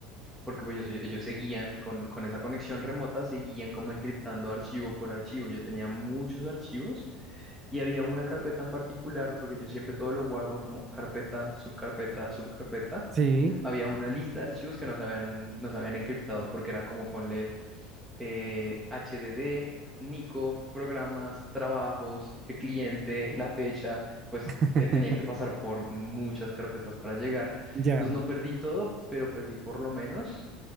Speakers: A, in the centre; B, on the right.
A: porque pues, ellos, ellos seguían con, con esa conexión remota, seguían como encriptando archivo por archivo. Yo tenía muchos archivos y había una carpeta en particular, porque yo siempre todo lo guardo como carpeta, subcarpeta, subcarpeta.
B: Sí.
A: Había una lista de archivos que no se habían, no se habían encriptado, porque era como ponle eh, HDD, Nico, programas, trabajos, el cliente, la fecha, pues
B: <laughs>
A: eh, tenía que pasar por muchas carpetas para llegar.
B: Ya.
A: Entonces no perdí todo, pero perdí por lo menos,